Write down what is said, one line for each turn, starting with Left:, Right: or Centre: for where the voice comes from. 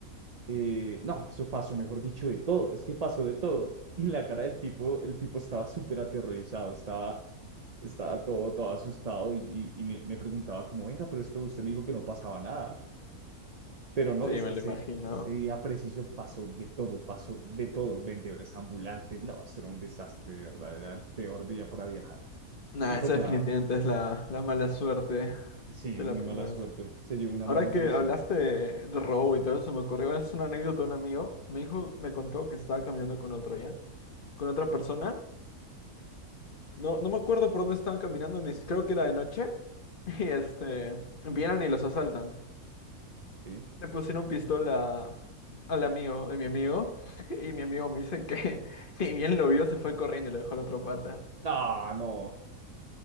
Right: eh, no, eso pasó, mejor dicho, de todo, es que pasó de todo. <laughs> Y la cara del tipo, el tipo estaba súper aterrorizado, estaba, estaba todo, todo asustado y, y, y me, me preguntaba como, venga, pero esto usted me dijo que no pasaba nada. Pero no,
Left: Sí,
Right: es
Left: me
Right: que
Left: lo
Right: ese,
Left: imagino.
Right: ese día preciso pasó de todo, pasó de todo, vendedores ambulantes, no, eso era un desastre, de verdad, era el peor día para viajar.
Left: Nah,
Right: Y pues
Left: esa definitivamente
Right: nada,
Left: es la, la mala suerte
Right: sí,
Left: de
Right: muy
Left: la primavera.
Right: mala suerte. Se llevó una
Left: Ahora
Right: mala impresión.
Left: que hablaste de, de robo y todo eso, me ocurrió, es una anécdota de un amigo. Me dijo, me contó que estaba caminando con otro ya, con otra persona. No, no me acuerdo por dónde estaban caminando, ni si- creo que era de noche. <laughs> Y este, vienen y los asaltan.
Right: ¿sí?
Left: Le pusieron pistola al amigo de mi amigo. <laughs> Y mi amigo me dice que <laughs> ni bien lo vio, se fue corriendo y lo dejó a la otra pata.
Right: Ah, no,